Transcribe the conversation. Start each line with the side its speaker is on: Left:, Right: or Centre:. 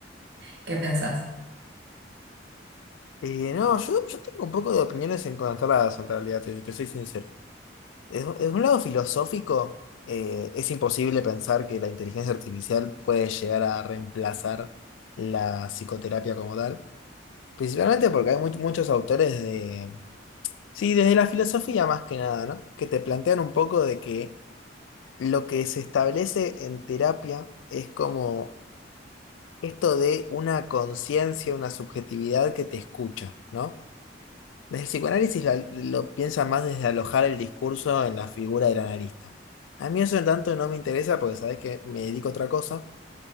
Right: <laughs> qué pensás?
Left: Eh, no, yo, yo tengo un poco de opiniones encontradas en realidad, te, te soy sincero. Desde, desde un lado filosófico, eh, es imposible pensar que la inteligencia artificial puede llegar a reemplazar la psicoterapia como tal. Principalmente porque hay mu- muchos autores de Sí, desde la filosofía más que nada, ¿no? Que te plantean un poco de que lo que se establece en terapia es como esto de una conciencia, una subjetividad que te escucha, ¿no? Desde el psicoanálisis la- lo piensan más desde alojar el discurso en la figura del analista. A mí eso en tanto no me interesa porque sabes que me dedico a otra cosa,